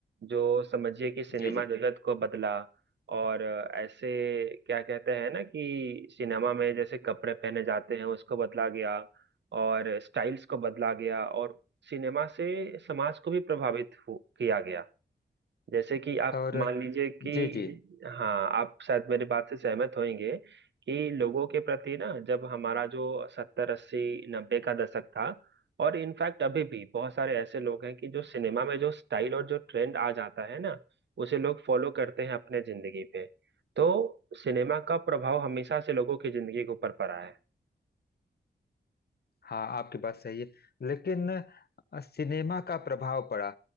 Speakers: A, on the right; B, on the left.
A: जो समझिए कि सिनेमा
B: जी जी
A: जगत को बदला और अ, ऐसे क्या कहते हैं ना कि सिनेमा में जैसे कपड़े पहने जाते हैं उसको बदला गया और स्टाइल्स को बदला गया और सिनेमा से समाज को भी प्रभावित हु- किया गया जैसे कि आप
B: और
A: मान लीजिए
B: जी
A: कि
B: जी
A: हाँ आप शायद मेरी बात से सहमत होंगे कि लोगों के प्रति ना जब हमारा जो सत्तर अस्सी नब्बे का दशक था और इनफैक्ट अभी भी बहुत सारे ऐसे लोग हैं कि जो सिनेमा में जो स्टाइल और जो ट्रेंड आ जाता है ना उसे लोग फॉलो करते हैं अपने जिंदगी पे तो सिनेमा का प्रभाव हमेशा से लोगों की जिंदगी के ऊपर पड़ा है
B: हाँ आपकी बात सही है लेकिन अ, सिनेमा का प्रभाव पड़ा